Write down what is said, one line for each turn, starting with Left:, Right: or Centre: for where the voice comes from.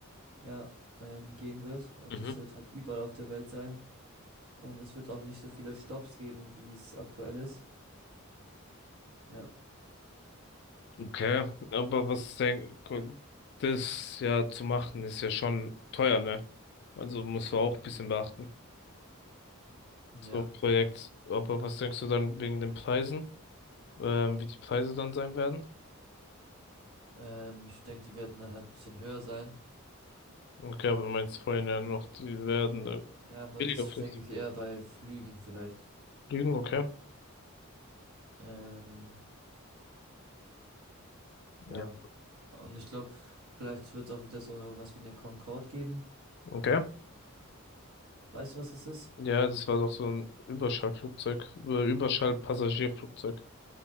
Right: ja, ähm, gehen wird. Und
Left: Mhm.
Right: es wird halt überall auf der Welt sein. Und es wird auch nicht so viele Stops geben, wie es aktuell ist. Ja.
Left: Okay. Aber was denk, ko- das ja zu machen, ist ja schon teuer, ne? Also musst du auch ein bisschen beachten.
Right: Ja.
Left: So ein Projekt. Aber was denkst du dann wegen den Preisen? Ähm, wie die Preise dann sein werden?
Right: Ähm, ich denke, die werden dann halt ein bisschen höher sein.
Left: Okay, aber du meinst vorhin ja noch, die werden äh,
Right: Ja, aber
Left: billiger
Right: das
Left: vielleicht.
Right: denke ich eher bei Flügen vielleicht.
Left: Lügen, okay.
Right: Ähm, ja.
Left: Ja.
Right: Und ich glaube, vielleicht wird es auch wieder so was wie eine Concorde geben.
Left: Okay.
Right: Weißt du, was es ist?
Left: Ja, das war doch so ein Überschallflugzeug, Über- Überschallpassagierflugzeug.